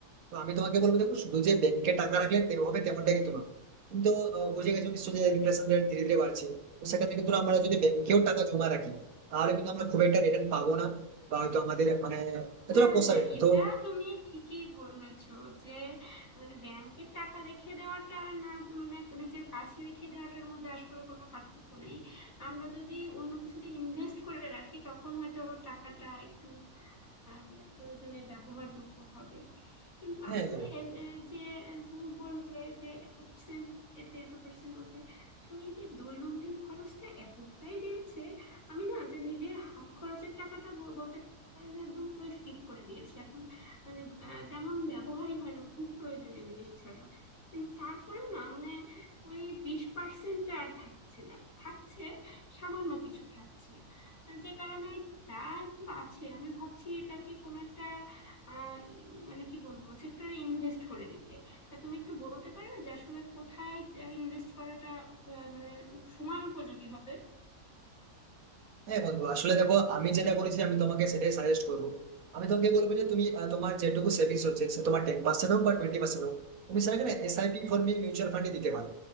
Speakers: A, on the right; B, on the left.
A: তো আমি তোমাকে বলবো দেখো শুধু যে ব্যাংকে টাকা রাখলে তে- হবে তেমনটা কিন্তু না তুমি তো আহ, বুঝে গেছো নিশ্চয়ই যে ইনফ্লেশন রেট ধীরে ধীরে বাড়ছে তো সেক্ষেত্রে কিন্তু আমরা যদি ব্যাংকেও টাকা জমা রাখি তাহলে কিন্তু আমরা খুব একটা রিটার্ন পাবো না বা হয়তো আমাদের মানে এতটা
B: হ্যাঁ
A: পোষাবে
B: হ্যাঁ
A: না
B: এটা
A: তো
B: তুমি ঠিকই বলেছো যে মানে ব্যাংকে টাকা রেখে দেওয়াটা আর না মানে নিজের কাছে রেখে দেওয়াটার মধ্যে আসলে কোনো পার্থক্য নেই আমরা যদি অন্য কিছুতে ইনভেস্ট করে রাখি তখন হয়তো টাকাটা একটু আহ, মানে প্রয়োজনে ব্যবহারযোগ্য হবে কিন্তু
A: হ্যাঁ
B: আসলে
A: হ্যাঁ।
B: আহ, যে আহ, তুমি বললে যে এত percent এতে এত পার্সেন্ট ওতে আসলে এই যে দৈনন্দিন খরচটা এতটাই বেড়েছে আমি না যে নিজের হাত খরচের টাকাটা বল- বলতে পারো যে একদম পুরো স্কিপ করে দিয়েছি এখন মানে আহ, তেমন ব্যবহারই হয় না খুব প্রয়োজনীয় জিনিস ছাড়া কিন্তু তারপরেও না মানে ওই বিশ পার্সেন্ট আর থাকছে না থাকছে সামান্য কিছু থাকছে আহ, যে কারণে যা একটু আছে আমি ভাবছি এটাকে কোনো একটা আহ, ই- মানে কি বলবো সেক্টরে ইনভেস্ট করে দিতে তা তুমি একটু বলতে পারবে যে আসলে কোথায় ইনভেস্ট করাটা আহ, মানে সময় উপযোগী হবে
A: হ্যাঁ বন্ধু আসলে দেখো আমি যেটা করেছি আমি তোমাকে সেটাই সাজেস্ট করবো আমি তোমাকে বলবো যে তুমি আহ, তোমার যেটুকু সেভিংস হচ্ছে সে তোমার টেন পার্সেন্ট হোক বা টোয়েন্টি পার্সেন্ট হোক তুমি সেটাকে না এসআইপি ফর্মে মিউচুয়াল ফান্ডে দিতে পারো